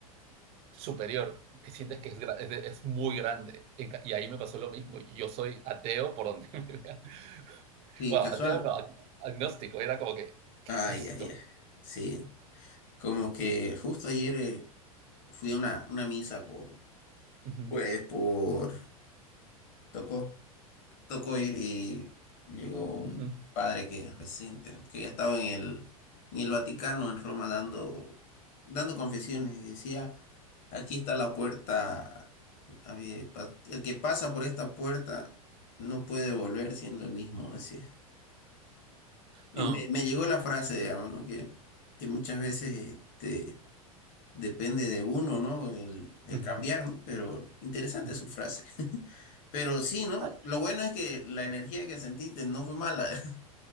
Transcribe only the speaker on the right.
superior, que sientes que es, gra- es, de- es muy grande. En ca- Y ahí me pasó lo mismo. y Yo soy ateo por donde <laughs> me vea.
Bueno,
ateo no, ag- agnóstico, era como que, ¿qué
es esto?
Ujú,
ujú.
Ah,
ujú,
ujú.
Ah,